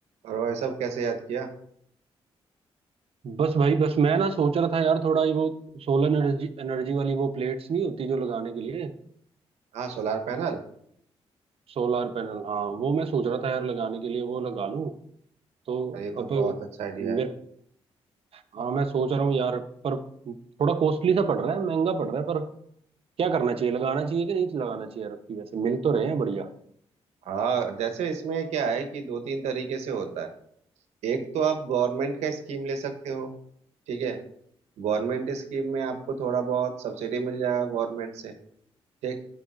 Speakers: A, on the right (about 80°); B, on the right (about 60°).
A: और भाई साहब कैसे याद किया
B: बस भाई बस मैं ना सोच रहा था यार थोड़ा ये वो सोलर एनर्जी एनर्जी वाली वो प्लेट्स नहीं होती जो लगाने के लिए
A: हाँ सोलार पैनल
B: सोलर पैनल हाँ वो मैं सोच रहा था यार लगाने के लिए वो लगा लूं तो
A: अरे ये तो
B: अब
A: बहुत अच्छा आइडिया है
B: मेरे हाँ मैं सोच रहा हूँ यार पर थोड़ा कॉस्टली सा पड़ रहा है महंगा पड़ रहा है पर क्या करना चाहिए लगाना चाहिए कि नहीं लगाना चाहिए यार अब की वैसे मिल तो रहे हैं बढ़िया
A: हाँ जैसे इसमें क्या है कि दो तीन तरीके से होता है एक तो आप गवर्नमेंट का स्कीम ले सकते हो ठीक है गवर्नमेंट स्कीम में आपको थोड़ा बहुत सब्सिडी मिल जाएगा गवर्नमेंट से ठीक